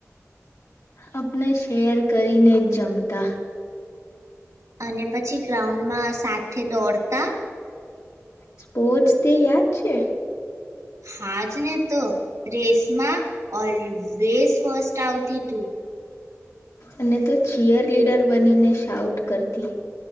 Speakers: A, on the left; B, on the right.
A: આપણે શેર કરીને જ જમતા.
B: અને પછી ગ્રાઉન્ડમાં સાથે દોડતા
A: સ્પોર્ટસ ડે યા છે.
B: હાજ ને તો રેસમાં ઓલવેઝ ફસ્ટ આવતી તું.
A: અને તો ચિયર લીડર બનીને શાઉટ કરતી.